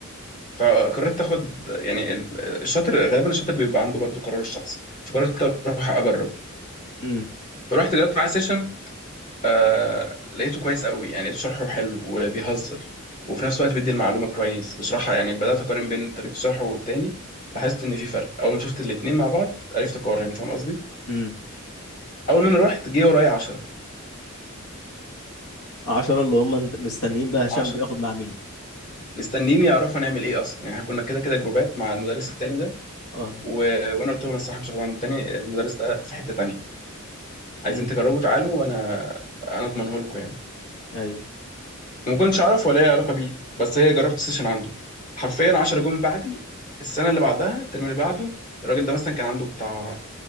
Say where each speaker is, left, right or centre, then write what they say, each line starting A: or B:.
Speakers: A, on the left (about 40°); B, on the left (about 80°).
A: فقررت اخد يعني ال- الشاطر غالبا الشاطر بيبقى عنده برضو قراره الشخصي فقررت اروح اجرب
B: امم
A: فروحت جربت معاه سيشن آه لقيته كويس قوي يعني لقيت شرحه حلو وبيهزر وفي نفس الوقت بيدي المعلومه كويس وشرحها يعني بدات اقارن بين طريقه شرحه والتاني لاحظت ان في فرق اول ما شفت الاتنين مع بعض عرفت اقارن فاهم قصدي
B: امم
A: اول ما انا رحت جه ورايا 10
B: عشرة اللي هم انت- مستنيين بقى هشام
A: 10
B: بياخد مع مين
A: مستنيين يعرفوا هنعمل ايه اصلا يعني احنا كنا كده كده جروبات مع المدرس التاني ده
B: اه
A: و... وانا قلت لهم الصراحه مش هاخد عند التاني المدرس ده في حته تانيه عايزين
B: امم
A: تجربوا تعالوا وانا انا اضمنه لكم يعني
B: ايوه
A: وما كنتش اعرف ولا اي علاقه بيه بس هي جربت سيشن عنده حرفيا 10 جون بعدي السنه اللي بعدها الترم اللي بعده الراجل ده مثلا كان عنده بتاع